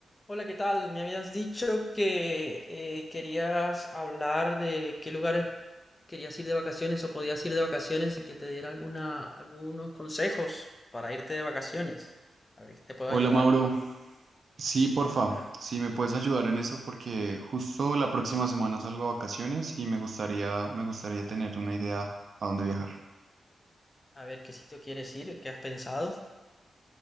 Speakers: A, on the left (about 20°); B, on the right (about 55°).
A: Hola, ¿qué tal? Me habías dicho que eh, querías hablar de qué lugares querías ir de vacaciones o podías ir de vacaciones y que te diera alguna, algunos consejos para irte de vacaciones. A ver si te puedo
B: Hola
A: ayudar.
B: Mauro, sí, porfa,
A: Hola,
B: si me puedes ayudar en eso porque justo la próxima semana salgo a vacaciones y me gustaría, me gustaría tener una idea a dónde viajar.
A: A ver qué sitio quieres ir, qué has pensado.